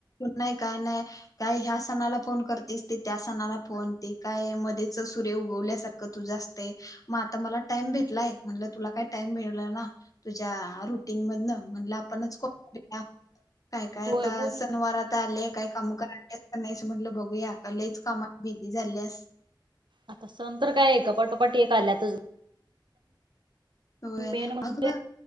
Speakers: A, on the left; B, on the right.
A: नाही काय नाही काय ह्या सणाला फोन करतेस ते त्या सणाला फोन ते काय मध्येच सूर्य उगवल्यासारखं तुझं असते मग आता मला टाइम भेटलाय म्हणलं तुला काय टाइम भेटल ना तुझ्या रुटीन मधन म्हण आपणच कॉ अ हा काय काय
B: होय
A: आता
B: बोल
A: सनवार
B: की
A: आता आले काय का काम करा नाही अस म्हटलं बघूया क लच कामा बिझी झाल्यास,
B: आता सण तर काय आहे का पटोपट एक आल्यातच
A: होय
B: मेन म्हणजे
A: अगं